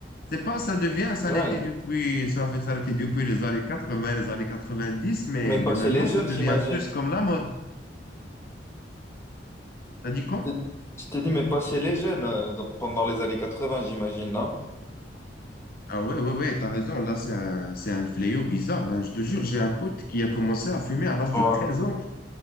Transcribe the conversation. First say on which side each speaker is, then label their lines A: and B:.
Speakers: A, on the left (about 55°); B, on the left (about 15°).
A: C'est pas, ça devient, ça
B: ouais,
A: l'était depuis, ça fait, ça l'était depuis les années 80, les années 90, mais,
B: mais pas
A: mais
B: chez
A: maintenant,
B: les jeunes,
A: ça devient
B: j'imagine.
A: plus comme la mode. T'as dit quoi?
B: t'es- Tu t'es dit, mais passer les jeunes euh, dans- pendant les années 80 j'imagine, non?
A: Ah ouais, ouais, ouais, t'as raison. Là, c'est un, c'est un fléau bizarre. Ben, je te jure, j'ai un pote qui a commencé à fumer à l'âge
B: Ouais.
A: de 13 ans.